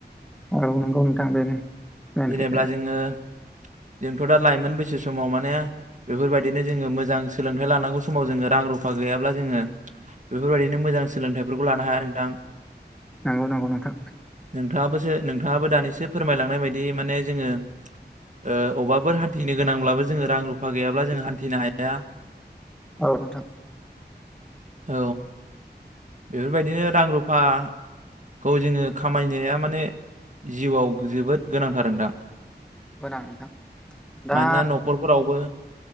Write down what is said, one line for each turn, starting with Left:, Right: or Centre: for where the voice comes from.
Centre: औ नगौ नोंथां बेनो मेन
Right: जेनेब्ला
Centre: खोथाया।
Right: जोङो जोंथ' दा लाइमोन बैसो समाव माने बेफोरबायदिनो जोङो मोजां सोलोंथाइ लानांगौ समाव जोङो रां रुफा गैयाब्ला जोङो बेफोरबायदिनो मोजां सोलोंथाइफोरखौ लानो हाया नोंथां।
Centre: नंगौ नगौ नोंथां।
Right: नोंथाङाबोसो नोंथाङाबो दानिसो फोरमायलांनाय बायदि माने जोङो अबेबाफोर हान्थिनो गोनांब्लाबो जोङो रां रुफा गैयाब्ला जोङ हान्थिनो हाया।
Centre: औ नोंथां।
Right: औ बेफोरबायदिनो रां रुफा खौ जोङो खामायनाया माने जिउआव जोबोद गोनांथार नोंथां।
Centre: गोनां नोंथां दा
Right: मानोना न'खरफोरावबो